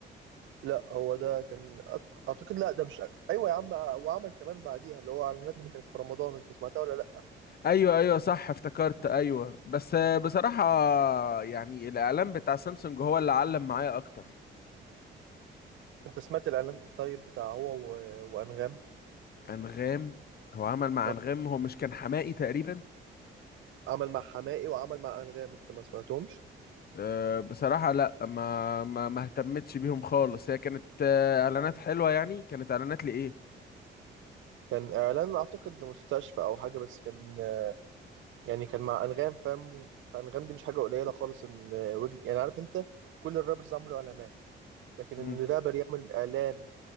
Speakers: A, on the right; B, on the left.
A: لا هو ده كان أك- اعتقد لا ده مش أ- ايوه يا عم آه، وعمل كمان بعديها اللي هو اعلانات اللي كانت في رمضان انت سمعتها ولا لا
B: ايوه ايوه صح افتكرت ايوه بس آه، بصراحة يعني الاعلان بتاع سامسونج هو اللي علم معايا اكتر
A: انت سمعت الاعلان طيب بتاع هو و... وانغام
B: انغام هو عمل مع
A: آه،
B: انغام هو مش كان حماقي تقريبا
A: عمل مع حماقي وعمل مع انغام انت ما سمعتهمش
B: أه بصراحة لا ما ما ما اهتمتش بيهم خالص هي كانت آه، اعلانات حلوة يعني كانت اعلانات لايه
A: كان اعلان اعتقد لمستشفى او حاجه بس كان آه، يعني كان مع انغام فاهم فانغام دي مش حاجه قليله خالص ان آه، ويجز يعني عارف انت كل الرابرز عملوا اعلانات لكن
B: مم،
A: ان رابر يعمل اعلان